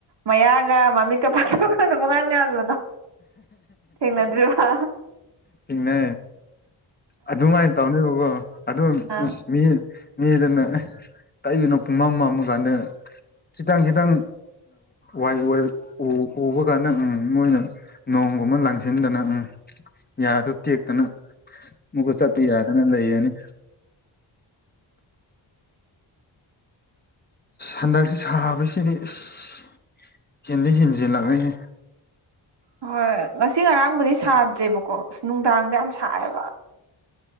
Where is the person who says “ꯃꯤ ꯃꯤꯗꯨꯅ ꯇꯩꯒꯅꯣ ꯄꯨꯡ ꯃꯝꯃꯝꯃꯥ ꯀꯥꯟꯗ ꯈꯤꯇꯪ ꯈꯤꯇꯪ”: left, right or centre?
Left